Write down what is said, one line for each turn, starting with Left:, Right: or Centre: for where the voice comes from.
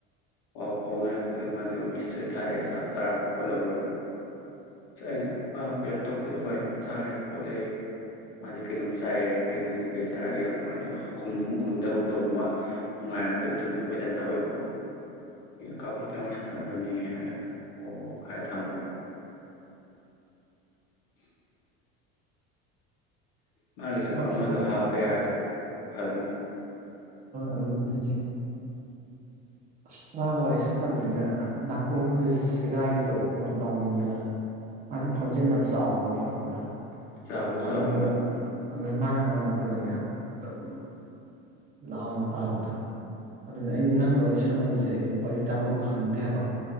Left: ꯄꯥꯎ ꯐꯥꯎꯅꯔꯦ ꯈꯣꯠꯂꯦ ꯃꯥꯗꯤ ꯃꯣꯏ ꯃꯦꯁꯦꯖ ꯑꯣꯏꯅ ꯊꯥꯔꯛꯑꯦ ꯆꯥꯛ ꯆꯥꯔꯕꯣ ꯈꯣꯠꯂꯕ꯭ꯔꯣꯅ ꯑ ꯑꯩꯅ ꯀꯩꯅꯣ ꯇꯧꯗꯦꯗ ꯍꯣꯏ ꯆꯥꯔꯦ ꯈꯣꯠꯂꯦ ꯃꯥꯗꯤ ꯀꯩꯅꯣꯝ ꯆꯥꯏꯔꯦ ꯀꯩꯅꯣꯗꯤ ꯀꯩ ꯆꯥꯔꯒꯦ ꯌꯥꯝꯃꯥꯏ ꯈꯨꯝ ꯐꯟꯇꯒꯨꯝ ꯇꯧꯕꯗꯨꯃ ꯅꯨꯡꯉꯥꯏꯔꯝꯃꯣꯏꯗꯣ ꯇꯨꯞꯅꯤꯡꯉꯛꯄꯣꯏ ꯇꯟꯖꯥ ꯑꯣꯏꯕ ꯀꯥꯕꯨꯨꯒꯤ ꯇꯉ ꯁꯅꯔꯝꯕꯅꯤ ꯍꯥꯏꯔꯒ ꯑꯣ ꯍꯥꯏ ꯊꯝꯒ꯭ꯔꯦ <inaudible> ꯃꯥꯒꯤꯁꯨ
Right: ꯃꯥꯁꯨ
Left: ꯑꯃꯗꯣ ꯍꯥꯞꯄ ꯌꯥꯔꯗꯤ ꯐꯗꯝꯅꯤ
Right: ꯑꯗꯨꯅꯤ ꯍꯥꯏꯁꯦ ꯑꯁ ꯃꯥꯒ ꯋꯥꯔꯤ ꯁꯥꯟꯅꯕꯗꯤꯅꯦ ꯅꯥꯀꯣꯡꯒꯁꯦ ꯁꯦꯒꯥꯏꯒꯤ ꯇꯧꯉꫭ ꯂꯥꯎꯃꯟꯗꯅ ꯃꯥꯗꯤ ꯈꯣꯟꯖꯦꯟ ꯌꯥꯝ ꯆꯥꯎꯕꯅꯤ ꯈꯪꯕ꯭ꯔꯥ
Left: ꯆꯥꯎꯕꯁꯨ
Right: ꯑꯗꯗꯨꯅ
Left: ꯆꯥꯎꯋꯤ ꯃꯥꯗꯣ ꯎꯝ
Right: ꯑꯅ ꯃꯥꯅ ꯉꯥꯡꯉꯛꯄꯗꯅꯦ ꯑꯗꯨꯝ ꯂꯥꯎꯅ ꯇꯥꯕꯗꯣ ꯑꯗꯨꯅ ꯑꯩꯗꯤ ꯅꯪꯒ ꯋꯥꯔꯤ ꯁꯥꯟꯅꯕꯁꯦ ꯑꯩꯗꯤ ꯋꯥꯔꯤ ꯇꯥꯕꯝ ꯈꯪꯗꯦꯍꯕ